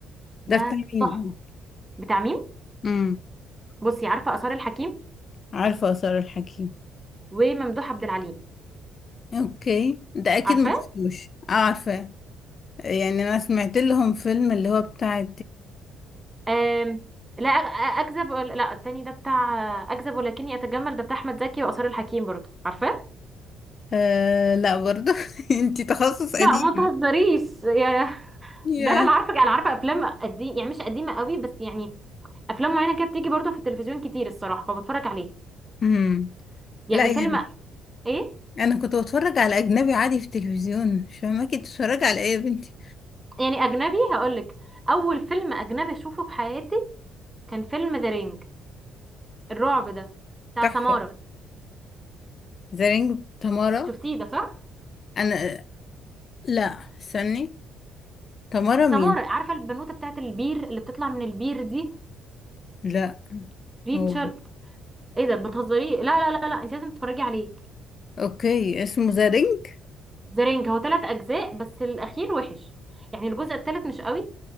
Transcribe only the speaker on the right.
ده
تحفه
بتاع مين
بصي عارفه اثار الحكيم
وممدوح عبد العليم
عارفاه
آم، لا أ- اكذب ولا- لا التاني ده بتاع اكذب ولكني اتجمل ده بتاع احمد زكي وآثار الحكيم برضه عارفاه
لا ما تهزريش يا
ده انا اللي عارفه انا عارفه افلام قديم يعني مش قديمه قوي بس يعني افلام معينه كده بتيجي برضه في التلفزيون كتير الصراحه فبتفرج عليه
يعني
فيلم ايه
يعني اجنبي هقولك اول فيلم اجنبي اشوفه في حياتي كان فيلم ذا رينج الرعب ده بتاع
سمارة
شفتيه ده صح
سمارة
عارفه البنوته بتاعت البير اللي بتطلع من البير دي
ريتشل
ايه ده بتهزري لا لا لا لا انت لازم تتفرجي عليه
ذا رينج هو ثلاث اجزاء بس الاخير وحش يعني الجزء الثالث مش قوي